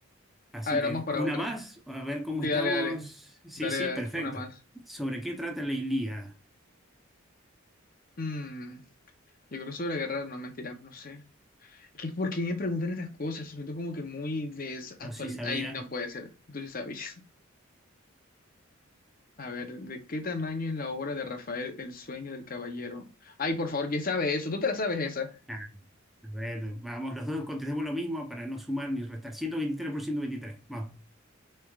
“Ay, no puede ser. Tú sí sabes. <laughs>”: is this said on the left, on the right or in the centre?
Left